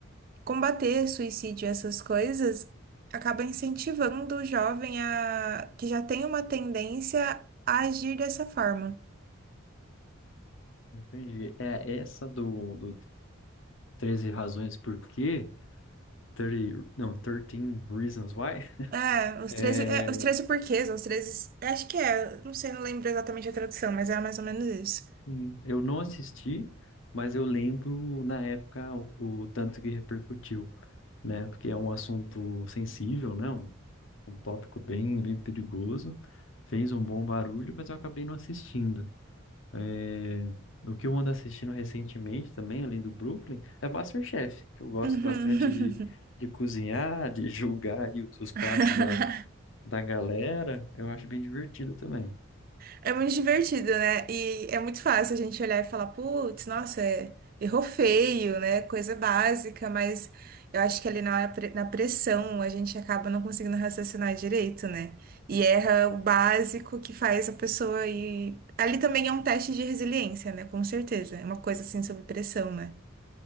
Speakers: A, on the right; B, on the left.
A: combater suicídio e essas coisas, acaba incentivando o jovem a que já tem uma tendência a agir dessa forma.
B: Entendi. É essa do, do 13 Razões Por Quê? 30, não, 13 Reasons Why.
A: É, os
B: É,
A: 13, é, os 13 porquês, os 13, acho que é, não sei, não lembro exatamente a tradução, mas é mais ou menos isso.
B: sim, eu não assisti, mas eu lembro na época o, o tanto que repercutiu, né? Porque é um assunto sensível, né? Um, um tópico bem, bem perigoso. Fez um bom barulho, mas eu acabei não assistindo. É, o que eu ando assistindo recentemente também, além do Brooklyn, é MasterChef, que eu gosto
A: Uhum.
B: bastante de, de cozinhar, de <laughs> julgar aí os, os pratos
A: <laughs>
B: da, da galera. Eu acho bem divertido também.
A: É muito divertido, né? E é muito fácil a gente olhar e falar, putz, nossa, é- errou feio, né? Coisa básica, mas eu acho que ali na, hora pre- na pressão a gente acaba não conseguindo raciocinar direito, né? E erra o básico que faz a pessoa ir. Ali também é um teste de resiliência, né? Com certeza. É uma coisa assim sob pressão, né?